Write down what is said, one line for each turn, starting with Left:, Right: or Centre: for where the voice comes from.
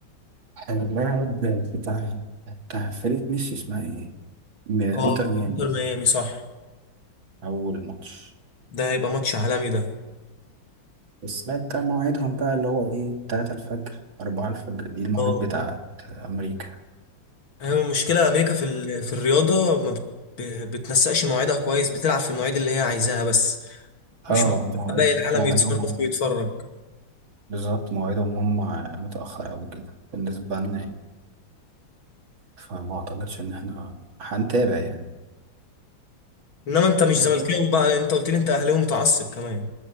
Right: اللاعب بتاع بتاع فريق ميسي اسمها ايه؟ م- انتر
Left: اه
Right: ميامي
Left: انتر ميامي صح
Right: اول ماتش
Left: ده هيبقى ماتش عالمي ده
Right: بس لا انت مواعيدهم بقى اللي هو ايه تلاتة الفجر أربعة الفجر دي المواعيد
Left: اه
Right: بتاعت أمريكا
Left: هي المشكله امريكا في ال... في الرياضه ما بت... بتنسقش مواعيدها كويس بتلعب في المواعيد اللي هي عايزاها بس
Right: اه
Left: مش ممكن
Right: مواعيد
Left: باقي العالم
Right: مواعيدهم
Left: يتصرف
Right: هم
Left: ويتفرج
Right: بالظبط مواعيدهم هم متأخر أوي كده بالنسبة لنا يعني فما أعتقدش إن احنا هنتابع يعني
Left: انما انت مش
Right: اه
Left: زملكاوي بقى انت قلت لي انت اهلاوي متعصب كمان